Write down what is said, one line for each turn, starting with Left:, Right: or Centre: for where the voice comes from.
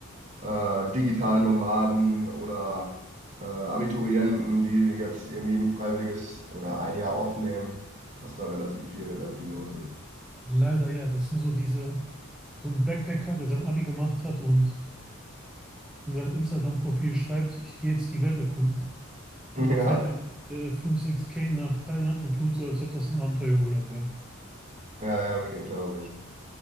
Right: äh, digitalen Nomaden oder äh, Abiturienten, die jetzt irgendwie ein freiwilliges oder ein Jahr aufnehmen, dass da relativ viel, äh, viel los ist.
Centre: leider ja. Das sind so diese, so ein Backpacker, der sein Abi gemacht hat und in sein Instagram-Profil schreibt, ich gehe jetzt die Welt erkunden.
Right: <laughs>
Centre: Und
Right: Ja,
Centre: dann fährt er mit äh, 5, 6K nach Thailand und tut so, als ob das ein Abenteuerurlaub wäre.
Right: ja, ja, okay, glaube ich.